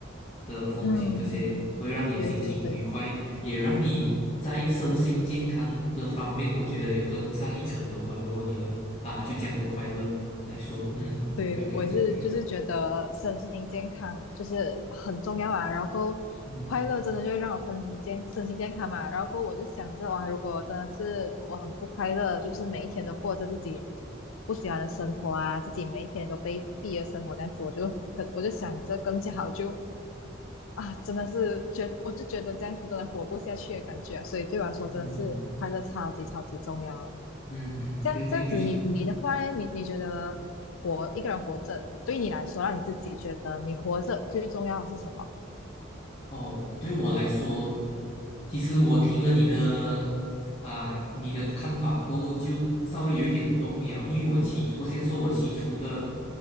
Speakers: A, on the left; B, on the left.
A: 的风景，
B: 嗯，
A: 这些会让你的心情愉快。
B: 对对对。
A: 也让你在身心健康的方面，我觉得也更上一层楼吧。如果你的啊，就这样的快乐来说，嗯嗯，
B: 对，
A: 对对对，
B: 我也是，就是觉得身心健康就是很重要啊。然后快乐真的就会让我身体健、
A: 嗯
B: 身心健康嘛。然后我就想着，哇，如果真的是我很不快乐，就是每一天都过着自己不喜欢的生活啊，自己每一天都卑鄙的生活这样子，我就很，我就想着更加好就，啊，真的是觉，我就觉得这样子真的活不下去的感觉啊。所以对我来说，
A: 嗯
B: 真的是快乐超级超级重要啊。
A: 嗯嗯嗯，
B: 这样这样子你，
A: 对对，尤其
B: 你的话呢？你你觉得活一个人活着，对你来说，让你自己觉得你活着最重要的是什么？
A: 哦，对我来说，其实我听了你的啊、你的看法过后，就稍微有一点动摇，因为我起初，我先说我起初的，